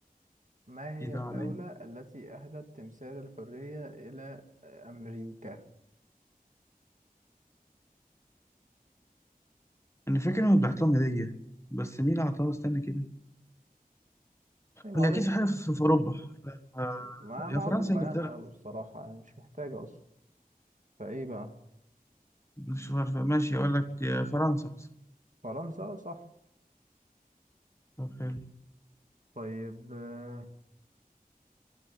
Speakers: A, on the right; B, on the left.
A: ما هي
B: جديدة
A: الدولة
B: عليا
A: التي أهدت تمثال الحرية إلى أمريكا؟
B: أنا فاكر إنه بعت لهم هدية بس مين اللي عطاها استنى كده
A: دي معروفة
B: هي أكيد في حاجة في في أوروبا آه،
A: ما معروفة
B: يا فرنسا يا إنجلترا
A: يعني أو الصراحة يعني مش محتاجة أصلا فإيه بقى؟
B: مش عارفة ماشي أقول لك يا فرنسا مثلا
A: فرنسا صح
B: طب حلو
A: طيب آه،